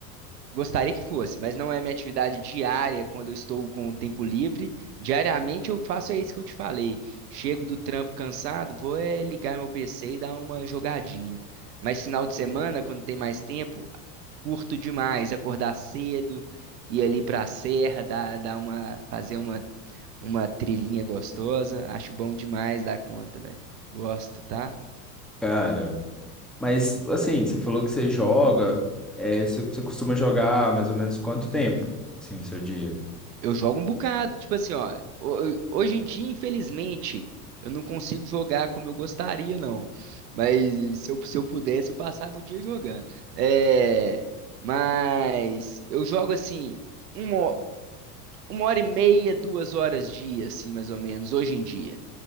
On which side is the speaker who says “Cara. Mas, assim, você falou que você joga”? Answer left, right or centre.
Centre